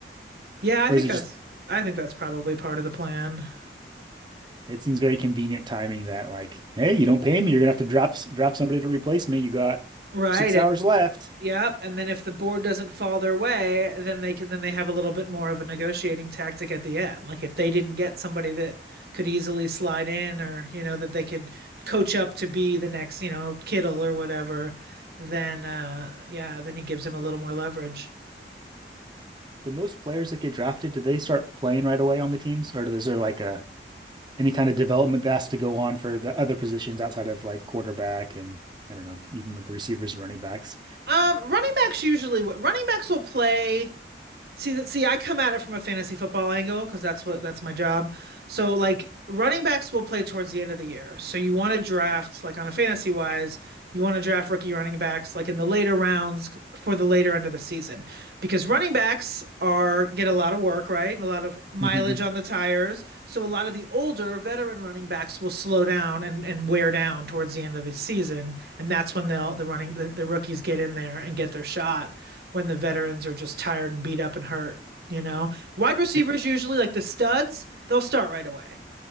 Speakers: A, on the right (about 60°); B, on the right (about 25°).
A: Yeah, I
B: Or
A: think
B: is it
A: that's
B: just
A: I think that's probably part of the plan.
B: It seems very convenient timing that like, hey, you don't pay me, you're gonna have to drop drop somebody to replace me. You got
A: Right.
B: six
A: It
B: hours left.
A: Yep, and then if the board doesn't fall their way, then they can then they have a little bit more of a negotiating tactic at the end. Like if they didn't get somebody that could easily slide in or, you know, that they could coach up to be the next, you know, Kittle or whatever, then uh yeah, then he gives him a little more leverage.
B: Do most players that get drafted, do they start playing right away on the teams, or is there like a any kind of development that has to go on for the other positions outside of like quarterback and I don't know, even with the receivers and running backs?
A: Um running backs usually running backs will play See, see, I come at it from a fantasy football angle because that's what that's my job. So, like, running backs will play towards the end of the year. So, you want to draft, like, on a fantasy wise, you want to draft rookie running backs, like, in the later rounds for the later end of the season because running backs are get a lot of work, right? And a lot of mileage
B: hmm
A: on the tires. So, a lot of the older veteran running backs will slow down and, and wear down towards the end of the season. And that's when they'll, the running, the, the rookies get in there and get their shot when the veterans are just tired and beat up and hurt, you know? Wide receivers
B: Yep.
A: usually like the studs, they'll start right away.